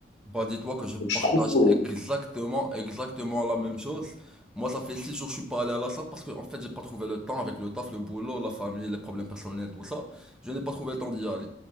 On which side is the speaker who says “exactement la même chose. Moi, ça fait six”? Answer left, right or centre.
Centre